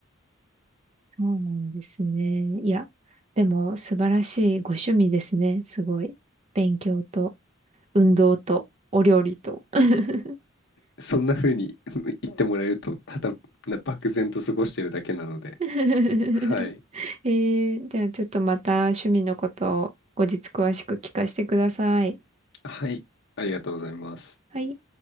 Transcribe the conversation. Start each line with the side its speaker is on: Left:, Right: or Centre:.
Right: そうなんですね。いや、でも素晴らしいご趣味ですね。すごい。勉強と、運動と、お料理と。<laughs>
Left: そんな風に <laughs> 言ってもらえると、ただな漠然と過ごしてるだけなので、
Right: え
Left: はい。
Right: ー、じゃあちょっとまた趣味のことを後日詳しく聞かせてください。
Left: はい、ありがとうございます。
Right: はい。